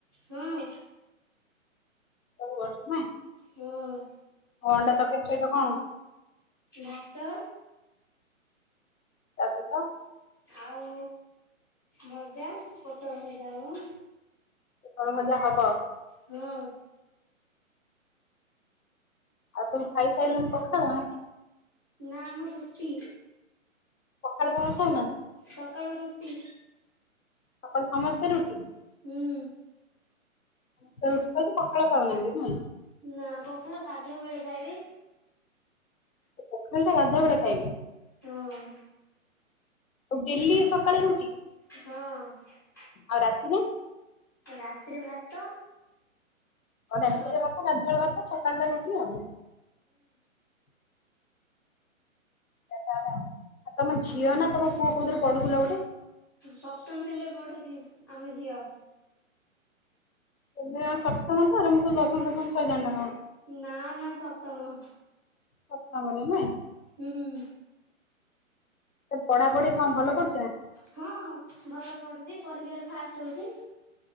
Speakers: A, on the left; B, on the left.
A: ହଁ।
B: ସବୁ ବଷୁ ନାଇଁ।
A: ହଁ।
B: ଅଣ୍ଡା ତରକାରୀ ସହିତ କଣ?
A: ଭାତ।
B: ତା ସହିତ?
A: ଆଉ ଭଜା ପୋଟଳ ଭଜା ହବ।
B: ପୋଟଳ ଭଜା ହବ?
A: ହଁ
B: ଆଉ ସବୁ ଖାଇ ସାରିଲୁଣି ପଖାଳ?
A: ନା ଆମର ରୁଟି।
B: ପଖାଳ ତମର ଖାଉନା
A: ସକାଳ ର ହୁଁ।
B: ସକାଳୁ ସମସ୍ତେ ରୁଟି?
A: ହୁଁ।
B: ସମସ୍ତ <unintelligible> ପଖାଳ ଖାଉ ନାହାନ୍ତି ନାହାନ୍ତି ନା।
A: ନା ପଖାଳ ଗାଧୁଆ ବେଳେ ଖାଇବେ।
B: ପୋଖାଳ ଟା ଗାଧୁଆ ବେଳେ ଖାଇବେ?
A: ହଁ।
B: ଆଉ ଡେଲି ସକାଳେ ରୁଟି?
A: ହଁ।
B: ଆଉ ରାତିିରେ?
A: ରାତିରେ ଭାତ
B: ହଉ ରାତିରେ
A: ହୁଁ
B: ଭାତ, ଗାଧୁଆବେଳ ଭାତ, ସକାଳଟା ରୁଟି ଆଉ । ତମଝିଅ ନା ତମପୁଅ କୋଉଥିରେ ପଢୁଥିଲା ଗୋଟେ?
A: ସପ୍ତମ ଶ୍ରେଣୀରେ ପଢୁଛି ଆମ ଝିଅ
B: ଏବେ ସପ୍ତମ ତ ଆରମ୍ଭ କୁ ଦଶମ ପଶମ ସାଇଲାନି ନା କଣ?
A: ନା ନା ସପ୍ତମ।
B: ସପ୍ତମରେ ନୁହେଁ।
A: ହୁଁ ହୁଁ।
B: ପଢାପଢି କ ଭଲ କରୁଚି?
A: ହଁ ଭଲ ପଢୁଛି। ପରୀକ୍ଷାରେ ଫାଷ୍ଟ ହଉଚି।